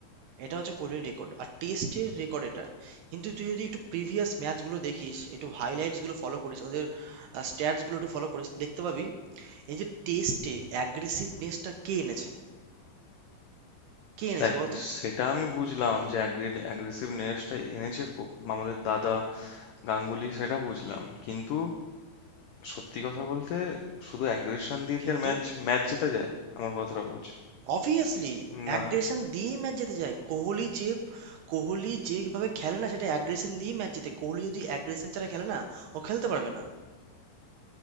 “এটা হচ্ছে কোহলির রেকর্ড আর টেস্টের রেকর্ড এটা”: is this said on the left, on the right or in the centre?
Right